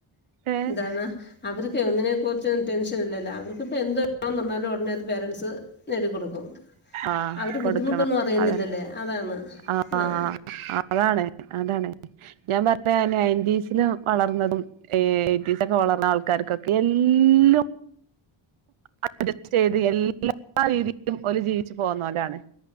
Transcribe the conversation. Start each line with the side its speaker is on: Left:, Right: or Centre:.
Right: ഏഹ്
Left: എന്താണ് അവർക്കേ ഒന്നിനെ കുറിച്ചും ടെൻഷൻ ഇല്ലല്ലോ. അവർക്ക്പ്പൊ എന്ത് വേണൊന്ന് പറഞ്ഞാലും ഒടനേ അത് പേരൻസ് നേടിക്കൊടുക്കും.
Right: ആഹ്
Left: അവര് ബുദ്ധിമുട്ടൊന്നും
Right: കൊടുക്കണം
Left: അറിയുന്നില്ലല്ലേ
Right: അതന്നെ
Left: അതാണ്.
Right: ആഹ്
Left: ആ
Right: അതാണ് അതാണ് ഞാൻ പറഞ്ഞതാ നയൻറ്റീസിലും വളർന്നതും ഏ ഏയ്റ്റീസക്കെ വളർന്ന ആൾക്കാർക്കൊക്കെ എല്ലും അഡ്ജസ്റ്റ് ചെയ്ത് എല്ലാ രീതിയിലും ഓര ജീവിച്ചു പോന്നോലാണ്